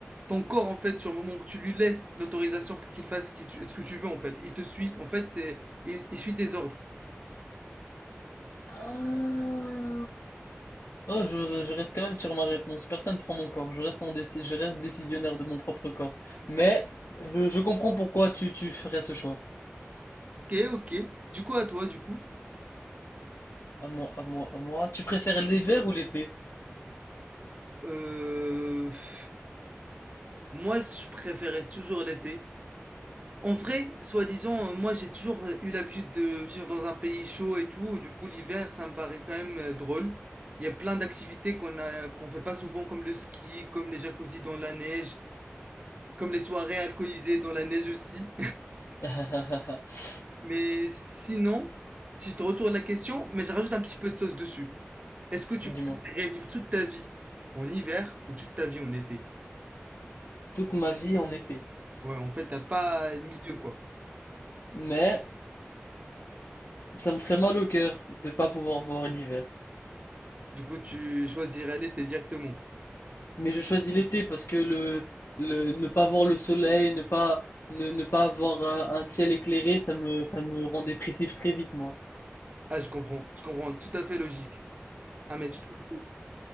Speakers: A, on the right; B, on the left.
A: ton corps, en fait, sur le moment où tu lui laisses l'autorisation pour qu'il fasse ce que tu- ce que tu veux, en fait, il te suit. En fait, c'est, il, il suit tes ordres.
B: Ah. Oh, je, je reste quand même sur ma réponse. Personne prend mon corps. Je reste en déci- je reste décisionnaire de mon propre corps. Mais je, je comprends pourquoi tu, tu ferais ce choix.
A: Ok, ok. Du coup, à toi, du coup.
B: À moi, à moi, à moi. Tu préfères l'hiver ou l'été?
A: Euh, pff, moi, je préférais toujours l'été. En vrai, soi-disant, euh, moi, j'ai toujours eu l'habitude de vivre dans un pays chaud et tout. Du coup, l'hiver, ça me paraît quand même euh, drôle. Il y a plein d'activités qu'on a, qu'on fait pas souvent, comme le ski, comme les jacuzzis dans la neige, comme les soirées alcoolisées dans la neige aussi.
B: <laughs>
A: Mais sinon, si je te retourne la question, mais je rajoute un petit peu de sauce dessus. Est-ce que tu
B: Dis-moi.
A: préférerais vivre toute ta vie en hiver ou toute ta vie en été?
B: toute ma vie en été.
A: Ouais, en fait, t'as pas le milieu, quoi.
B: Mais ça me ferait mal au cœur de pas pouvoir voir l'hiver.
A: Du coup, tu choisirais l'été directement.
B: Mais je choisis l'été parce que le, le ne pas voir le soleil, ne pas ne, ne pas avoir un, un ciel éclairé, ça me ça me rend dépressif très vite moi.
A: Ah, je comprends. Je comprends. Tout à fait logique. Ah, mais tout à fait-